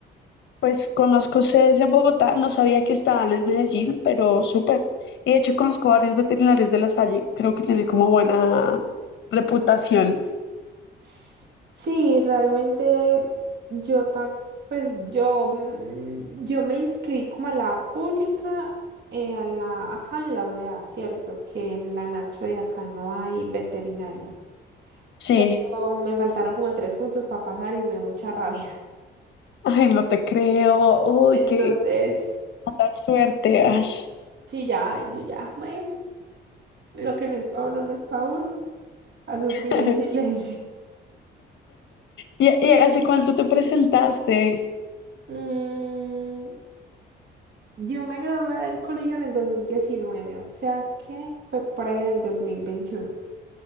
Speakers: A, on the left; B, on the right.
A: Pues conozco sedes en Bogotá, no sabía que estaban en Medellín, pero súper. Y de hecho conozco varios veterinarios de La Salle, creo que tienen como buena reputación.
B: S- Sí, realmente yo ta- pues yo, mm, yo me inscribí como a la pública, eh, a la, acá en la U D A, ¿cierto? Que en la Nacho de acá no hay veterinaria.
A: Sí.
B: Pero me faltaron como tres puntos para pasar y me dio mucha rabia.
A: Ay, no te creo. Uy,
B: Entonces,
A: qué qué mala suerte, Ash.
B: sí, ya, yo ya, bueno, lo que no es para uno no es para uno, a sufrir
A: <laughs>
B: en <laughs> silencio.
A: ¿Y, y hace cuánto te presentaste?
B: Mm, yo me gradué del colegio en el 2019, o sea que fue por ahí en el 2021